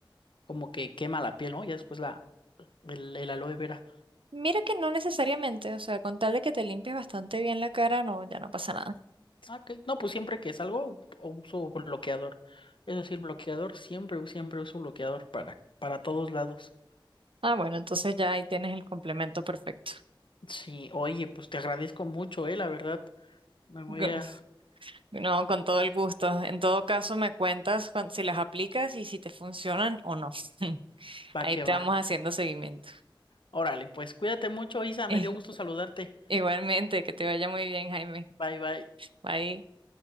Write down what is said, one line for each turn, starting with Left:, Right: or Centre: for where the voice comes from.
Left: como que quema la piel, ¿no? Ya después la el, el aloe vera.
Right: Mira que no necesariamente, o sea, con tal de que te limpies bastante bien la cara, no, ya no pasa nada.
Left: Ah, ok. No, pues siempre que salgo u- uso bloqueador. Es decir, bloqueador, siempre, siempre uso bloqueador para, para todos lados.
Right: Ah, bueno, entonces ya ahí tienes el complemento perfecto.
Left: Sí, oye, pues te agradezco mucho, eh, la verdad. Me voy
Right: Con-
Left: a...
Right: No, con todo el gusto. En todo caso, me cuentas cuan- si las aplicas y si te funcionan o no. <laughs>
Left: Va
Right: Ahí
Left: que
Right: te vamos
Left: va.
Right: haciendo seguimiento.
Left: Órale, pues cuídate mucho, Isa, me
Right: <laughs>
Left: dio gusto saludarte.
Right: Igualmente, que te vaya muy bien, Jaime.
Left: Bye, bye.
Right: Bye.